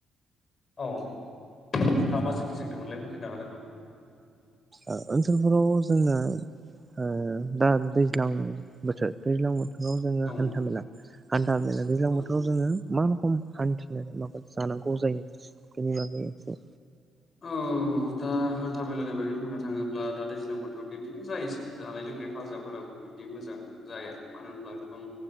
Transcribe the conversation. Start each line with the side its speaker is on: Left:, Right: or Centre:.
Left: औ नोंथाङा मा सोंथिदोंमोनलाय बुंफैनो हागोन नामा?
Right: ओ ओनसोलफोराव जोङो ओ दा दैज्लां बोथोर दैज्लां बोथोराव जोङो
Left: औ
Right: हान्था मेला हान्था मेला दैज्लां
Left: औ
Right: बोथोराव जोङो मा रखोम हान्थिनानै माबा जानांगौ जायो बेनि बागै एसे
Left: औ दा हान थामेलानि बागै बुंनो थाङोब्ला दा दैज्लां बोथोराव बिब्दिनो जायो जानाय लोंनाय हाजाफोराबो बिदि मोजां जाया मानो होनब्ला गोबां